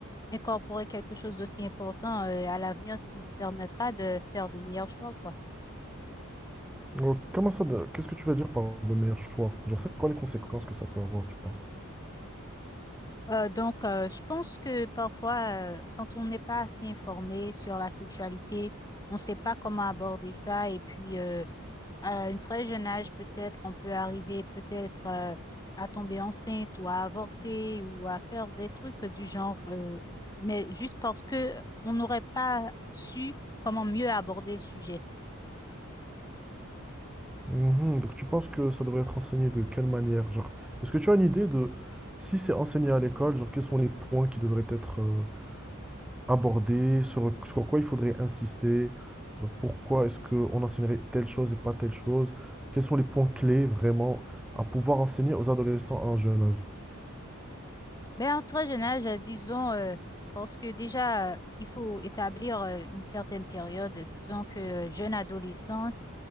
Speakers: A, on the left; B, in the centre.
A: incorporer quelque chose d'aussi important euh, à l'avenir qui nous permettra de faire de meilleurs choix, quoi.
B: Oh, Comment ça, de- qu'est-ce que tu veux dire par de meilleurs choix? Genre, c'est quoi les conséquences que ça peut avoir, tu penses?
A: Euh, donc, euh, je pense que parfois, euh, quand on n'est pas assez informé sur la sexualité, on ne sait pas comment aborder ça. Et puis, euh, à un très jeune âge, peut-être, on peut arriver peut-être euh, à tomber enceinte ou à avorter ou à faire des trucs du genre, euh, mais juste parce que on n'aurait pas su comment mieux aborder le sujet.
B: Mhm, donc, tu penses que ça devrait être enseigné de quelle manière? Genre, est-ce que tu as une idée de si c'est enseigné à l'école, genre, quels sont les points qui devraient être euh, abordés, sur, sur quoi il faudrait insister? Genre, pourquoi est-ce qu'on enseignerait telle chose et pas telle chose? Quels sont les points clés vraiment à pouvoir enseigner aux adolescents à un jeune âge?
A: Ben, en très jeune âge, euh, disons, euh, parce que déjà, euh, il faut établir euh, une certaine période, euh, disons que euh, jeune adolescence,